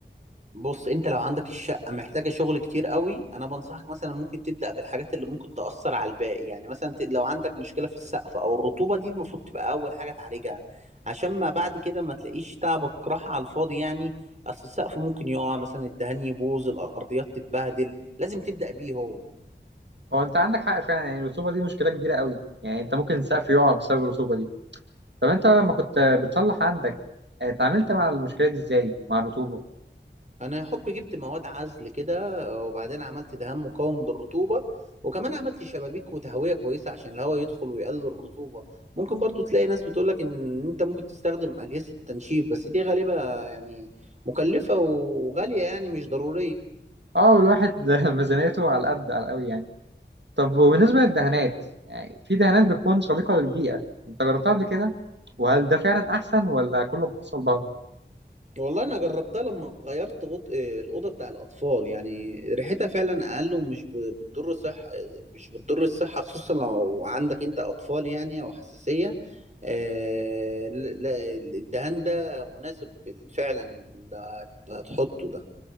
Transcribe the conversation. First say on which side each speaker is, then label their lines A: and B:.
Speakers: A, on the right (about 40°); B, on the right (about 70°).
A: بص انت لو عندك الشقة محتاجة شغل كتير قوي انا بنصحك مثلا ممكن تبدأ بالحاجات اللي ممكن تأثر على الباقي يعني مثلا ت- لو عندك مشكلة في السقف او الرطوبة دي المفروض تبقى اول حاجة تعالجها عشان ما بعد كده ما تلاقيش تعبك راح على الفاضي يعني اصل السقف ممكن يقع مثلا الدهان يبوظ الارضيات تتبهدل لازم تبدأ بيه هو
B: هو انت عندك حق فعلا يعني الرسوبه دي مشكله كبيره قوي يعني انت ممكن سقف يقع بسبب الرسوبه دي طب انت لما كنت بتصلح عندك آه، اتعاملت مع المشكله دي ازاي مع الرطوبه
A: انا يا حب جبت مواد عزل كده وبعدين عملت دهان مقاوم للرطوبه وكمان عملت شبابيك وتهويه كويسه عشان الهواء يدخل ويقلل الرطوبه ممكن برضو تلاقي ناس بتقولك ان انت ممكن تستخدم اجهزه تنشيف بس دي غالبا يعني مكلفه وغاليه يعني مش ضروريه
B: اه والواحد <laughs> ميزانيته على قد على قوي يعني طب وبالنسبه للدهانات يعني في دهانات بتكون صديقه للبيئه انت جربتها قبل كده وهل ده فعلا احسن ولا كله بيحصل بعضه
A: والله انا جربتها لما غيرت غط... آه، الاوضه بتاع الاطفال يعني ريحتها فعلا اقل ومش ب... بتضر الصحه مش بتضر الصحه خصوصا لو عندك انت اطفال يعني او حساسيه آه... لا الدهان ده مناسب بال- فعلا اللي هتحطه ده